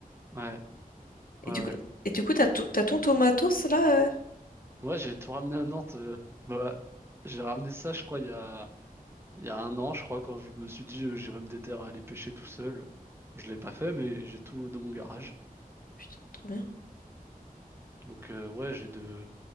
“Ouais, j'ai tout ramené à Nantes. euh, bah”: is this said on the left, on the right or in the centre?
Right